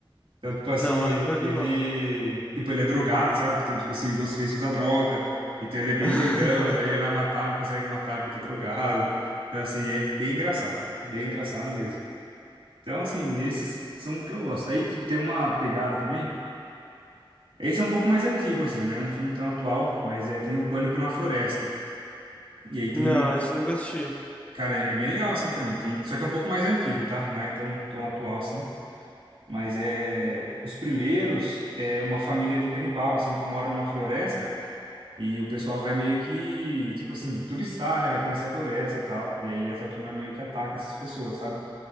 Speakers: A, on the right (about 75°); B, on the left (about 15°).
A: Então, tipo assim,
B: Não,
A: ele,
B: nunca vi
A: ele.
B: não.
A: Tipo, ele é drogado, sabe? Então, tipo assim, o Ghostface usa droga. Então ele é bem
B: <laughs>
A: doidão, daí ele vai matar, não consegue matar porque tá drogado. Então, assim, é bem engraçado, velho. Bem engraçado mesmo. Então, assim, esses são o que eu gosto. Aí, tipo, tem uma pegada também. Esse é um pouco mais antigo, assim, não é um filme tão atual, mas é, tem o Pânico na Floresta. E aí
B: Não,
A: tem
B: esse nunca assisti.
A: Cara, é é bem legal assim também. Tem, só que é um pouco mais antigo, tá? Não é tão, tão atual assim. Mas é os primeiros é uma família de canibal assim que mora numa floresta e o pessoal vai meio que, tipo assim, turistar, né? Vai conhecer a floresta, e tal. E aí essa turma meio que ataca essas pessoas, sabe?